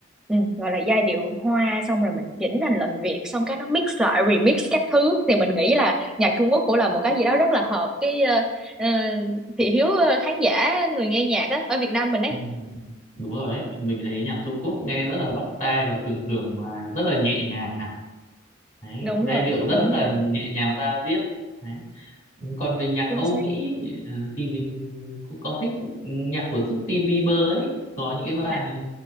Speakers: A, in the centre; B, on the left.
A: Ừ, gọi là giai điệu hoa xong rồi mình chỉnh thành lời Việt xong cái nó mix lại remix các thứ thì mình nghĩ là nhạc Trung Quốc cũng là một cái gì đó rất là hợp cái ờ, ờ, thị hiếu ờ, khán giả người nghe nhạc á ở Việt Nam mình ấy.
B: ừ. đúng rồi đấy mình thấy nhạc Trung Quốc nghe rất là bắt tai và thường thường là rất là nhẹ nhàng đấy
A: Đúng rồi,
B: giai điệu rất
A: đúng
B: là
A: rồi,
B: nhẹ nhàng ra diết đấy còn về nhạc
A: chính
B: Âu
A: xác.
B: Mỹ ờ, thì mình cũng có thích nhạc của Justin Bieber ấy có những cái bài
A: À,